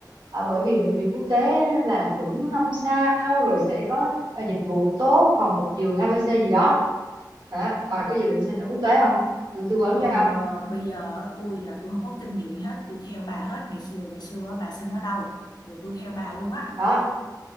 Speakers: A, on the right; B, on the left.
A: à, bởi vì bệnh viện quốc tế là chuẩn năm sao rồi sẽ có à, dịch vụ tốt phòng một giường ABC gì đó Hả? bà có dự định xin ở quốc tế không tôi tư vấn
B: ờ,
A: cho
B: bây giờ tôi là tôi không có kinh nghiệm gì hết, tôi theo bà hết. Ngày xưa ngày xưa á, bà sinh ở đâu, giờ tôi theo bà luôn á.
A: đó